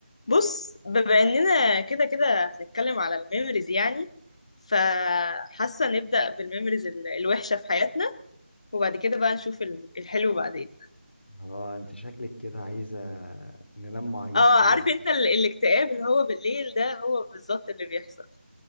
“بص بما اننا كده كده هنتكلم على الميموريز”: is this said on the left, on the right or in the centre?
Left